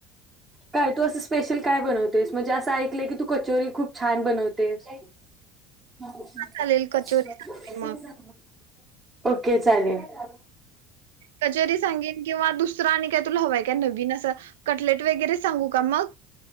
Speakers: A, on the right; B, on the right.
A: काय तू असं स्पेशल काय बनवतेस म्हणजे असं ऐकलंय की तू कचोरी खूप छान बनवतेस. <unintelligible>
B: चालेल कचोरी सांगते मग
A: ओके चालेल. <unintelligible>
B: कचोरी सांगेन किंवा दुसरं आणि काय तुला हवय काय नवीन असं कटलेट वगैरे सांगू का मग!